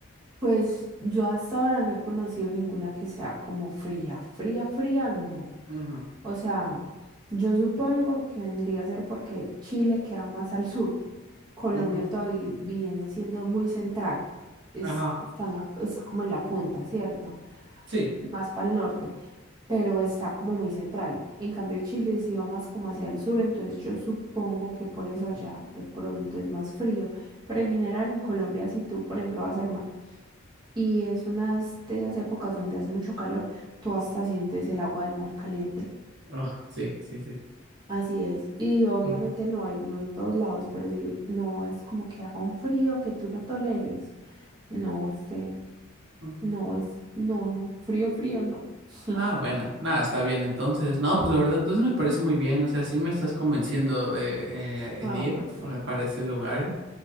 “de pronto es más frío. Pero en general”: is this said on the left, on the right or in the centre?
Right